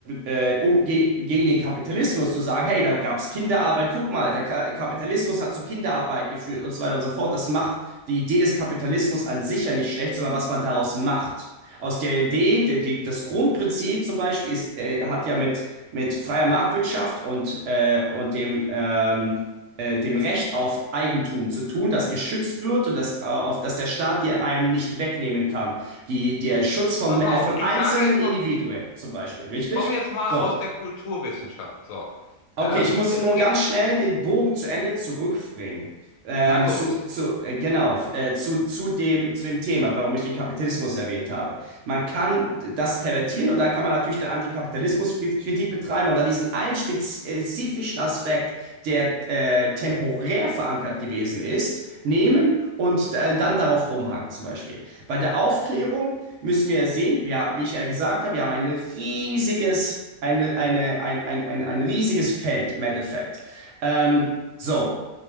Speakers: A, on the right; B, on the left.
A: äh, äh, um ge gegen den Kapitalismus zu sagen, hey, da gab's Kinderarbeit, guck mal, der Ka Kapitalismus hat zu Kinderarbeit geführt und so weiter und so fort. Das macht die Idee des Kapitalismus an sich ja nicht schlecht, sondern was man daraus macht. Aus der Idee, der, die, das Grundprinzip zum Beispiel ist, äh, hat ja mit, mit freier Marktwirtschaft und, äh, und dem, ähm, äh, dem Recht auf Eigentum zu tun, das geschützt wird und das, äh, auf das der Staat dir einem nicht wegnehmen kann. Die, der
B: So,
A: Schutz von,
B: pass
A: äh,
B: mal auf.
A: von
B: Ich
A: einzelnen
B: sage jetzt
A: Individuen
B: mal,
A: zum Beispiel, richtig?
B: ich komme jetzt mal
A: So,
B: aus der Kulturwissenschaft. So,
A: Okay,
B: ähm,
A: ich muss
B: es
A: nur
B: gibt,
A: ganz schnell den Bogen zu Ende zurückbringen. Ähm,
B: na gut.
A: zu, zu, äh, genau, f- äh, zu, zu dem, zu dem Thema, warum ich den Kapitalismus erwähnt habe. Man kann das pervertieren und dann kann man natürlich der Antikapitalismuskritik betreiben und dann diesen einen spezifischen Aspekt, der äh, temporär verankert gewesen ist, nehmen und äh, dann darauf rumhaken zum Beispiel. Bei der Aufklärung müssen wir sehen, wir, wie ich ja gesagt habe, wir haben ein riesiges, eine, eine, ein, ein, ein, ein riesiges Feld im Endeffekt. Ähm, so,